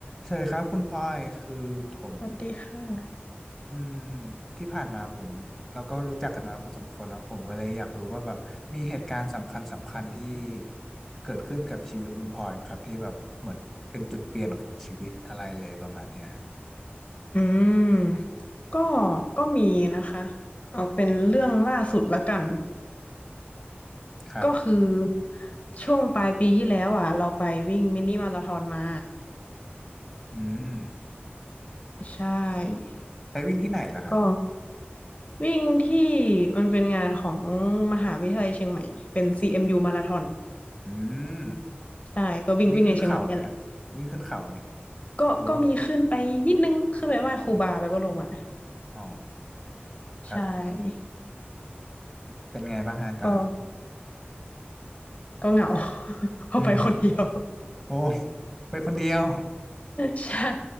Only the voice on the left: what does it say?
สวัสดีค่ะ
อืม ก็ก็มีนะคะเอาเป็นเรื่องล่าสุดละกัน
ก็คือช่วงปลายปีที่แล้วอ่ะ เราไปวิ่งมินิมาราธอนมา
ใช่
ก็วิ่งที่มันเป็นงานของมหาวิทยาลัยเชียงใหม่ เป็น CMU มยูมาราธอน
ใช่ ก็วิ่งวิ่งในเชียงใหม่เนี่ยแหละ
ก็ก็มีขึ้นไปนิดนึง
ขึ้นไปไหว้ครูบาแล้วก็ลงมา
ใช่
ก็ ก็เหงา <laughs> เพอไปคนเดียว
<laughs> ใช่